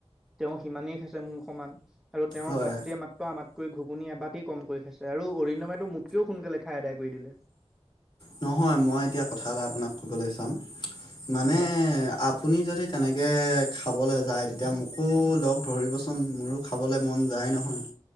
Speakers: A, in the centre; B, on the left (about 40°).
A: তেওঁ সিমানেই খাইছে মোৰ সমান আৰু তেওঁৰ
B: হয়
A: ভাতৃয়ে মাত্ৰ আমাতকৈ ঘুগুনি এবাটতেই কম কৰি খাইছে আৰু অৰিণময়টো মু কিয় সোনকালে খাই আদায় কৰি দিলে।
B: নহয় মই এতিয়া কথা এটা আপোনাক কবলে চাম মানে
A: হয়
B: আপ আপুনি যদি তেনেকৈ খাবলৈ যায় তেতিয়া মোকো লগ ধৰিবচোন মোৰো খাবলৈ মন যায় নহয়।